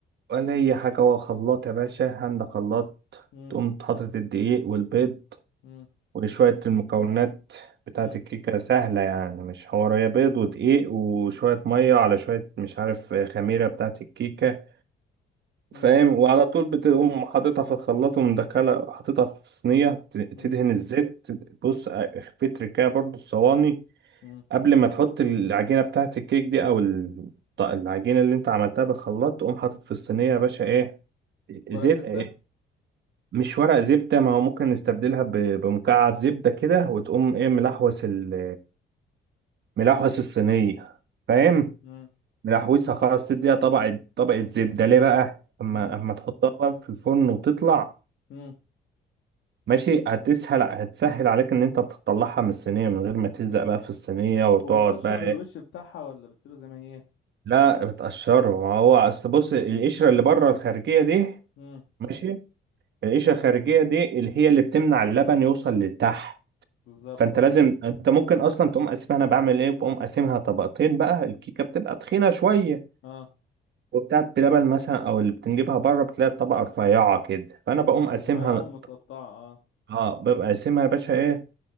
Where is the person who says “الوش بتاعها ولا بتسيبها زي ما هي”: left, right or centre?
Left